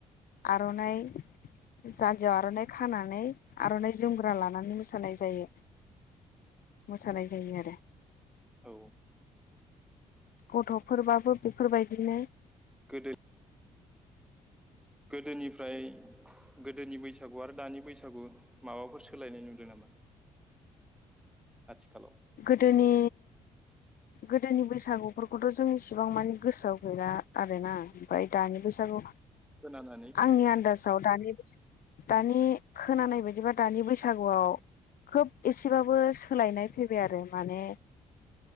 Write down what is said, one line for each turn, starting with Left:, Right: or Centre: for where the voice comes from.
Left: आरनाइ जानजियाव आरनाइ खानानै आरननाइ जोमग्रा लानानै मोसानाय जायो। मोसानाय जायो आरो।
Centre: औ
Left: गथफोरबाबो बेफोरबायदिनो
Centre: गोदो गोदोनिफ्राय गोदोनि बैसागु आरो दानि बैसागु माबाफोर सोलायनाय नुदों नामा आथिखालाव
Left: गोदोनि गोदोनि बैसागुफोरखौथ' जों इसेबां माने गोसोआव गैला आरोना ओमफ्राय दानि बैसागु
Centre: खोनानानै
Left: आंनि आन्दाजाव दानि दानि खोनानाय बायदिबा दानि बैसागुआव खोब एसेबाबो सोलायनाय फैबाय आरो माने